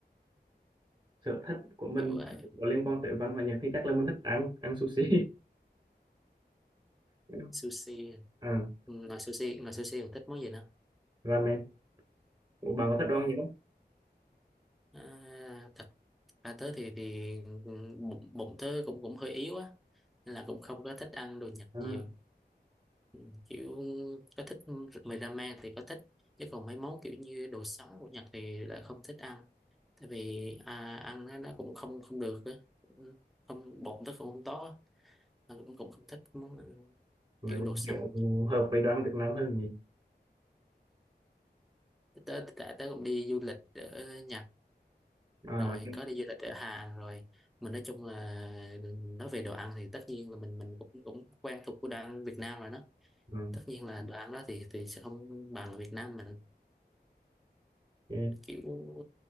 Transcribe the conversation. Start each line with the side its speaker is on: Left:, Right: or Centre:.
Right: sở thích của mình
Centre: kiểu ờ,
Right: có liên quan tới văn hóa Nhật thì chắc là mình thích ăn ăn sushi <laughs>
Centre: sushi
Right: à,
Centre: Ừ, mà sushi mà sushi còn thích món gì nữa
Right: ramen Ủa, bạn có thích đồ
Centre: À,
Right: ăn gì không
Centre: à, thật ra tớ thì thì ừ, bụng, bụng tớ cũng cũng hơi yếu á nên là cũng không có thích ăn đồ Nhật
Right: à,
Centre: nhiều Ừ, kiểu có thích mì ramen thì có thích chứ còn mấy món kiểu như đồ sống của Nhật thì lại không thích ăn tại vì à, ăn nó, nó cũng không không được á Ừ, không bụng tớ cũng không tốt á Tớ cũng cũng không thích món
Right: rồi
Centre: kiểu
Right: bạn
Centre: đồ sống
Right: kiểu hợp với đồ ăn Việt Nam hơn nhỉ
Centre: tớ tớ, tớ cũng đi du lịch ở Nhật
Right: à,
Centre: rồi có đi du lịch ở Hàn rồi mình nói chung là nói về đồ ăn thì tất nhiên là mình mình cũng cũng quen thuộc của đồ ăn Việt Nam rồi đó
Right: ừ.
Centre: tất nhiên là đồ ăn đó thì thì sẽ không bằng Việt Nam mình
Right: ok.
Centre: kiểu